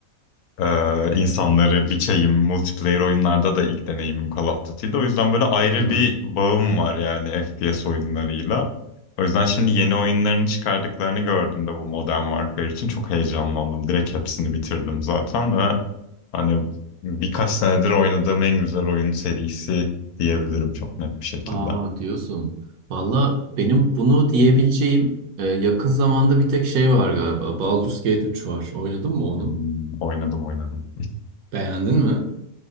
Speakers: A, on the left (about 85°); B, on the right (about 80°).
A: Ee, insanları biçeyim. Multiplayer oyunlarda da ilk deneyimim Call of Duty'de. O yüzden böyle ayrı
B: Hmm.
A: bir bağım var yani FPS oyunlarıyla. O yüzden şimdi yeni oyunların çıkardıklarını gördüm de bu Modern Warfare için çok heyecanlandım. Direkt hepsini bitirdim zaten ve hani birkaç senedir oynadığım en güzel oyun serisi diyebilirim çok net bir şekilde.
B: Aa diyorsun. Valla benim bunu diyebileceğim e, yakın zamanda bir tek şey var galiba. Baldur's Gate üç var. Oynadın mı onu?
A: Hmm, oynadım oynadım.
B: Beğendin mi?